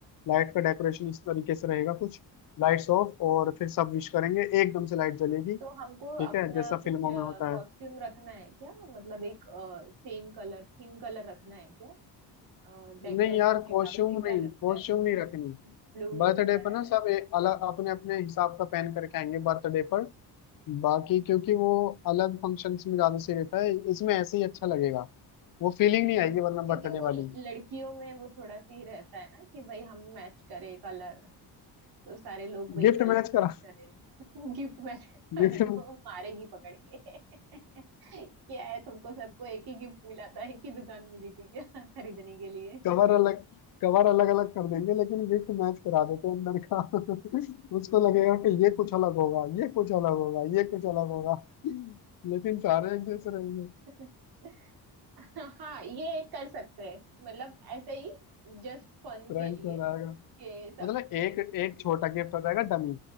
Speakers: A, on the left (about 55°); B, on the right (about 70°).
A: लाइट का डेकोरेशन इस तरीके से रहेगा कुछ लाइट्स ऑफ और फिर सब विश करेंगे एकदम से लाइट जलेगी
B: तो हमको
A: ठीक
B: अपना
A: है जैसा
B: कुछ
A: फिल्मों में होता
B: कॉस्ट्यूम
A: है
B: रखना है क्या मतलब एक सेम कलर थीम कलर रखना है क्या डेकोरेशन
A: नहीं यार
B: के
A: कॉस्ट्यूम
B: हिसाब से क्या
A: नहीं
B: लगता
A: कॉस्ट्यूम
B: है
A: नहीं रखनी
B: ब्लू
A: बर्थडे
B: रेड
A: पर ना सब ए- अलग अपने अपने हिसाब का पहन करके आएंगे बर्थडे पर बाकी क्योंकि वो अलग फंक्शंस में ज्यादा सही रहता है इसमें ऐसे ही अच्छा लगेगा वो फीलिंग
B: ठीक
A: नहीं आएगी वरना
B: क्योंकि
A: बर्थडे
B: वो
A: वाली
B: लड़कियों में वो थोड़ा सी रहता है ना कि भाई हम मैच करें कलर तो सारे लोग वही
A: गिफ्ट
B: कलर
A: मैच
B: मैच
A: करा
B: करें <laughs> गिफ्ट मैच कर
A: गिफ्ट
B: अरे वो मारेगी पकड़ के <laughs> क्या है तुमको सबको एक ही गिफ्ट मिला था एक ही दुकान मिली थी क्या <laughs> खरीदने के लिए
A: कवर अलग कवर अलग अलग कर देंगे लेकिन गिफ्ट मैच करा देते हैं अंदर का <laughs> उसको लगेगा कि ये कुछ अलग होगा ये कुछ अलग होगा ये कुछ अलग होगा लेकिन सारे एक जैसे रहेंगे
B: <laughs> हाँ ये एक कर सकते हैं मतलब ऐसे ही जस्ट फन
A: प्रैंक
B: के लिए
A: हो जाएगा
B: कि सब
A: मतलब
B: में
A: एक एक छोटा गिफ्ट हो जाएगा डमी